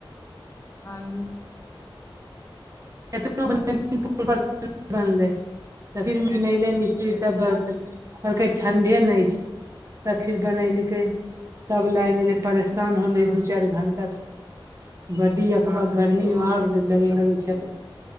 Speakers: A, on the left; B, on the right.
A: खाली
B: नै <unintelligible> तऽ फिरमेले मिस्त्री तब ब कहलकै ठण्डे नै छै। तब फिर बनलकै तब लाइन एले परेशान होलै
A: अच्छा
B: दू चारि घंटा से बड्डी अखबार गर्मी
A: ओ
B: और लगे लागे छैय।